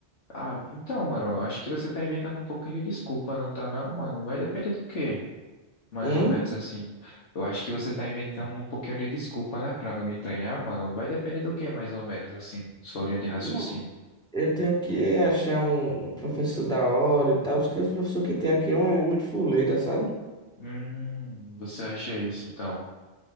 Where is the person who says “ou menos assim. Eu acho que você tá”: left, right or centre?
Left